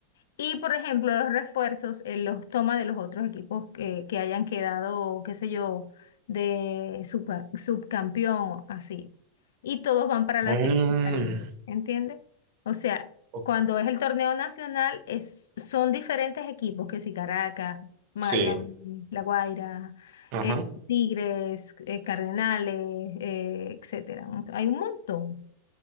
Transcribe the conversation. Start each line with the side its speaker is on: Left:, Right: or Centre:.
Left: Y por ejemplo, los refuerzos, eh, los toma de los otros equipos que, que hayan quedado, qué sé yo, de subca- subcampeón, así. Y todos van para la
Right: Mm,
Left: serie de Caribe, ¿entiendes? O sea,
Right: o-
Left: cuando es el torneo nacional, es, son diferentes equipos, que si Caracas, Miami,
Right: Sí.
Left: La Guaira,
Right: Ajá.
Left: eh, Tigres, eh, Cardenales, eh, etcétera. Un- Hay un montón.